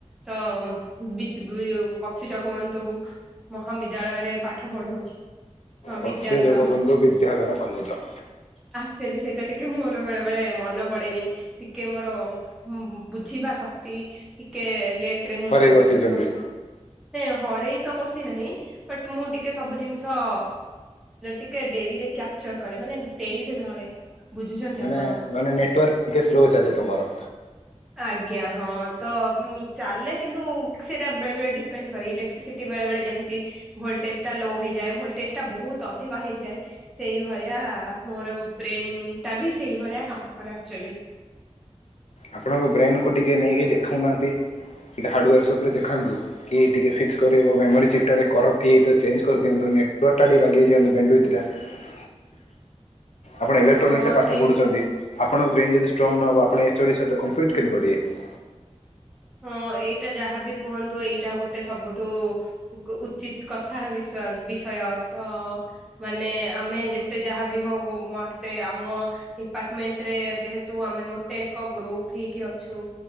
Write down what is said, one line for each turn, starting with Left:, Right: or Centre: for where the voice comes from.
Centre: ତ ବିତ୍ ବକ୍ସି ଯଗବନ୍ଧୁ ମହାବିଦ୍ୟାଳୟରେ ପାଠ ପଢୁଅଛି। ହଁ ବିଦ୍ୟାଧର
Left: ବକ୍ସି ଜଗବନ୍ଧୁ ବିଦ୍ୟାଧର କଲେଜ।
Centre: ଆକ୍ଚୁଆଲି ସେଇଟା ଟିକେ ମୋର ବେଳେ ବେଳେ ମନେ ପଡେନି ଟିକେ ମୋର। ବୁଝିବା ଶକ୍ତି ଟିକେ ଲେଟ ରେ ମୁଁ
Left: ହରେଇ
Centre: ସବୁ
Left: ବସିଛନ୍ତି
Centre: ଜିନିଷ ଟିକେ ହରେଇ ତ ବସି ନାହିଁ ବଟ ମୁଁ ଟିକେ ସବୁ ଜିନିଷ ଟିକେ ଡେରିରେ କ୍ୟାପଚର କରେ ମାନେ ଡେରିରେ ଧରେ। ବୁଝୁଛନ୍ତି
Left: ମାନେ
Centre: ଆପଣ?
Left: ମାନେ ନେଟୱର୍କ ଟିକେ ସ୍ଲୋ ଚାଲେ ତମର?
Centre: ଆଜ୍ଞା ହଁ ତ ଉ ଚାଲେ କିନ୍ତୁ ସେଟା ବେଳେ ବେଳେ ଡିପେଣ୍ଡ ଇଲେକ୍ଟ୍ରିସିଟି ବେଳେ ବେଳେ ଯେମିତି ଭୋଲଟେଜ ଟା ଲୋ ହେଇଯାଏ ଭୋଲଟେଜ ଟା ବହୁତ ଅଧିକ ହେଇଯାଏ। ସେଇଭଳିଆ ମୋର ବ୍ରେନ ଟା ବି ସେଇଭଳିଆ କାମ କରେ ଆକ୍ଚୁଆଲୀ।
Left: ଆପଣଙ୍କ ବ୍ରେନ୍ କୁ ଟିକେ ନେଇକି ଦେଖାଉନାହାନ୍ତି ଟିକେ ହାର୍ଡ଼ୱୋର୍ ସପ୍ ରେ ଦେଖାନ୍ତୁ। କି ଟିକେ ଫିକ୍ସ କରିହବ ମେମୋରୀ ଚିପ୍ ଟା ଟିକେ କରପ୍ଟ ହେଇଯାଇଥିବ ଚେଞ୍ଜ କରିଦିଅନ୍ତୁ ନେଟୱର୍କ ଟା ଟିକେ ବାଗେଇ ଦିଅନ୍ତୁ। <unintelligible> ଆପଣ ଇଲେକ୍ଟ୍ରନିକ୍ସରେ
Centre: ଅ
Left: ପାଠ
Centre: ସେଇ
Left: ପଢ଼ଛନ୍ତି ଆପଣଙ୍କ ବେନ୍ ଯଦି ଷ୍ଟ୍ରଙ୍ଗ ନ ହେବ ଆପଣ ଏଚ ଓ ଡ଼ି ସହିତ। କମ୍ପିଟ କେମିତି କରିିବେ?
Centre: ହଁ ଏଇଟା ଯାହାବି କୁହନ୍ତୁ ଏଇଟା ଗୋଟେ ସବୁଠୁ ଉଚିତ୍ କଥାର ବିଷୟ ବିଷୟ ତ। ମାନେ ଆମେ ଯେତେ ଯାହାଭି ହଉ ମତେ ଆମ ଡିପାର୍ଟମେଣ୍ଟ ରେ ଯେହେତୁ ଆମେ ଗୋଟେ ଏକ ଗ୍ରୁପ ହେଇକି ଅଛୁ